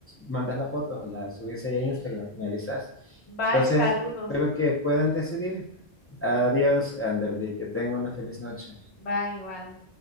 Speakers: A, on the left; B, on the left.
A: mandas las fotos, las subís ahí a Instagram, me avisas.
B: Bye,
A: Entonces,
B: saludos.
A: espero que puedan decidir. Adiós, Anderly, que tenga una feliz noche.
B: Bye, igual.